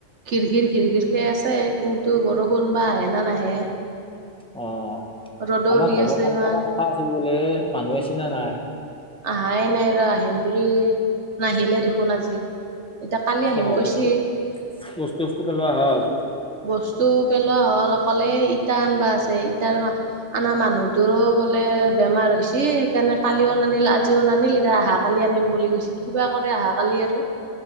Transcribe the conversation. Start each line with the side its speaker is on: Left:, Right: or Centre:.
Right: ঘিৰ, ঘিৰ, ঘিৰ, ঘিৰকে আছে, কিন্তু বৰষুণ বা আহে না নাহে।
Centre: অ',
Right: ৰ'দও
Centre: আমাৰ
Right: দি
Centre: ঘৰৰ
Right: আছে
Centre: কাম
Right: ইমান
Centre: কৰা কথা আছিল বোলে এ, মানুহে আইছি না নায়?
Right: আহাই নাই ৰ', আহিম বুলি নাহিলে দেখোন আজি। এতিয়া কালি আহিম
Centre: অ',
Right: কৈছি
Centre: বস্তু, বস্তু চস্তু পেলোৱা হ'ল।
Right: বস্তু পেলোৱা হ'ল। অকল এ ইটা আনবা আছে। ইটাৰ মা আনা মানুহটোৰো বোলে বেমাৰ হৈছি, সেইকাৰণে, কালিও নানিল আজিও নানিল, ইতা আ কালি আনিম বুলি কৈছি। কিবা কৰে অহাকালি আৰু।